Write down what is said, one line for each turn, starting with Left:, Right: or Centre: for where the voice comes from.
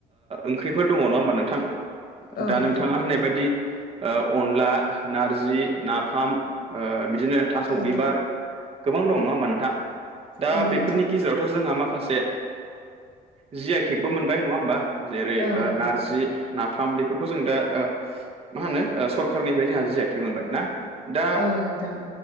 Right: ओंख्रिफोर दङ नङा होमबा नोंथां
Left: औ
Right: दा
Left: नोंथां
Right: नोंथाङा होननाय बायदि अनला नारजि नाफाम बिदिनो थास'
Left: औ
Right: बिबार गोबां दं नङा होमा नोंथां दा
Left: औ नोंथां
Right: बेफोरनि गेजेराव थ' जोंहा माखासे जि आइ केेकबो मोनबाय नङा होमबा जेरै
Left: औ
Right: ओ
Left: नोंथां
Right: नारजि नाफाम बेफोरखौ जों दा मा होनो सरखारनिफ्राय जोंहा जि आइ टेग मोनबाय ना दा
Left: औ नोंथां